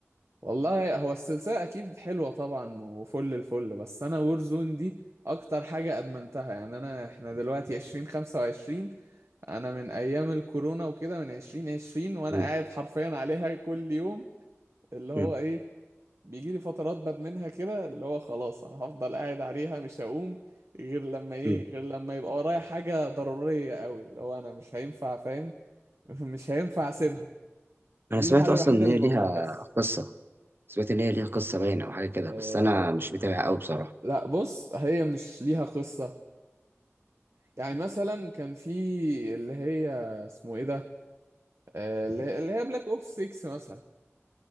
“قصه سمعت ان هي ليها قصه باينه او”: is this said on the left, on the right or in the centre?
Right